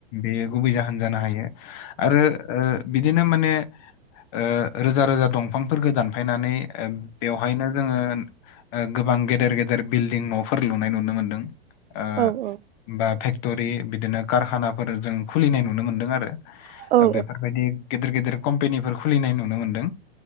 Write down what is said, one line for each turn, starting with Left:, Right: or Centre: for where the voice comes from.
Left: बेयो गुबै जाहोन जानो हायो आरो ओ बिदिनो माने ओ रोजा रोजा दंफांफोरखो दानफायनानै ओ बेवहायनो जोङोन ओ गोबां गेदेर गेदेर बिल्डिं न'फोर लुनाय नुनो मोनदों। ओ
Right: औ औ
Left: बा फेक्ट'रि बिदिनो कारखानाफोर जों खुलिनाय नुनो मोनदों आरो।
Right: औ
Left: ओ बेफोरबायदि गेदिर गेदिर कम्पेनिफोर खुलिनाय नुनो मोनदों।